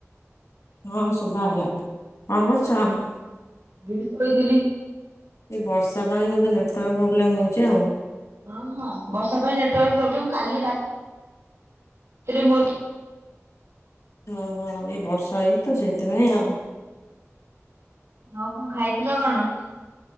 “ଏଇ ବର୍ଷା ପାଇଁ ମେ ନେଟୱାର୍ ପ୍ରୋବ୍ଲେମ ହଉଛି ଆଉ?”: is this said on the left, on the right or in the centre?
Left